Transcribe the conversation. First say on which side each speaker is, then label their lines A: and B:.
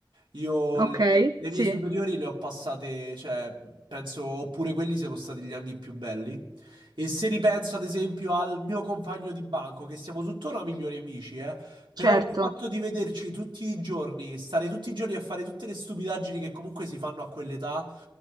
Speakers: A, on the right; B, on the right.
A: Io le,
B: Ok,
A: le
B: sì,
A: mie superiori le ho passate, cioè, penso, oppure quelli siano stati gli anni più belli. E se ripenso ad esempio al mio compagno di banco, che siamo tuttora migliori amici, eh, però
B: certo,
A: il fatto di vederci tutti i giorni, stare tutti i giorni a fare tutte le stupidaggini che comunque si fanno a quell'età,